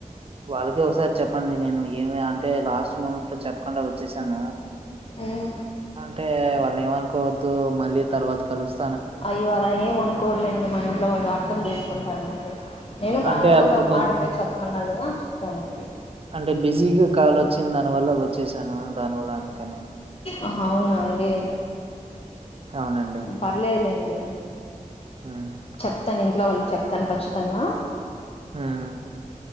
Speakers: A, on the right; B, on the left.
A: వాళ్ళకే ఒకసారి చెప్పండి నేను ఏమి అంటే లాస్ట్ మూమెంట్ లో చెప్పకుండా వచ్చేసాను
B: అయో
A: అంటే వాళ్ళని ఏమనుకోవద్దు మళ్ళీ తర్వాత కలుస్త
B: అయ్యో అలా ఏం అనుకోరులేండి మా ఇంట్లో వాళ్ళు అర్థం చేసుకుంటారు నేను
A: అంటే
B: ఆయన
A: అప్పుడు
B: కూడా ఒక
A: కొం
B: మాట మీరు చెప్పమన్నారుగా చెప్తానండి
A: అంటే బిజీగా కాల్ వచ్చింది దాని వల్ల వచ్చసాను దాని వల్ల అందుకని
B: ఆహా అవునా అండి
A: అవునండి
B: పర్లేదులేండి
A: హ్మ్
B: చెప్తాను ఇంట్లో వాళ్ళకి చెప్తాను ఖచ్చితంగా
A: మ్మ్ హ్హ్